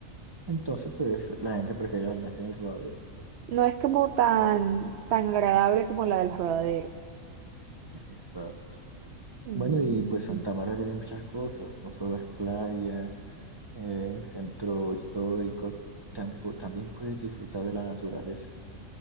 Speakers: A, on the right; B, on the right.
A: Entonces, pues la gente prefiere bañarse en el rodadero.
B: No es como tan, tan agradable como la del Rodadero.
A: Exacto.
B: Ujú.
A: Bueno, y pues Santa Marta tiene muchas cosas, no solo es playa, eh, centro histórico, tampo- también puedes disfrutar de la naturaleza.